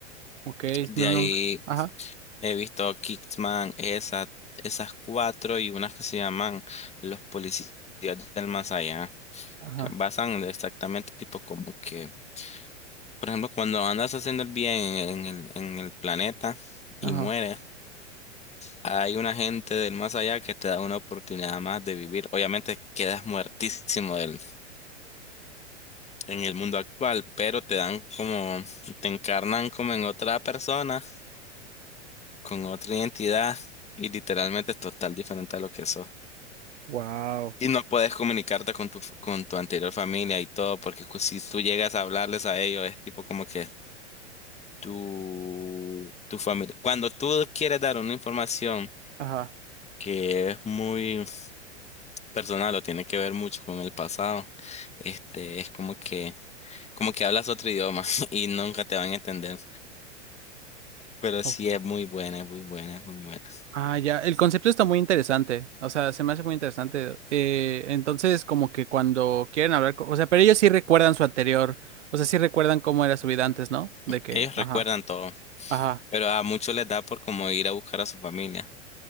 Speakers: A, on the right; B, on the left.
A: Ok,
B: De
A: no,
B: ahí.
A: nunca. Ajá.
B: He visto Kickman, esa, esas cuatro y unas que se llaman Los Policías del Más Allá,
A: Ajá.
B: que basan de exactamente tipo como que, por ejemplo, cuando andas haciendo el bien en el, en el planeta y
A: Ajá.
B: mueres, hay una gente del más allá que te da una oportunidad más de vivir. Obviamente quedas muertísimo del, en el mundo actual, pero te dan como, te encarnan como en otra persona, con otra identidad y literalmente total diferente a lo que sos.
A: Wow.
B: Y no puedes comunicarte con tu, con tu anterior familia y todo, porque cu- si tú llegas a hablarles a ellos, es tipo como que tu, tu familia. Cuando tú quieres dar una información
A: Ajá.
B: que es muy personal o tiene que ver mucho con el pasado, este, es como que, como que hablas otro idioma <laughs> y nunca te van a entender. Pero
A: Ujú.
B: sí es muy buena, es muy buena, es muy buena.
A: Ah, ya, el concepto está muy interesante, o sea, se me hace muy interesante. Eh, entonces, como que cuando quieren hablar, co- o sea, pero ellos sí recuerdan su anterior, o sea, sí recuerdan cómo era su vida antes, ¿no? De que,
B: Ellos
A: ajá,
B: recuerdan todo,
A: ajá,
B: pero a muchos les da por como ir a buscar a su familia.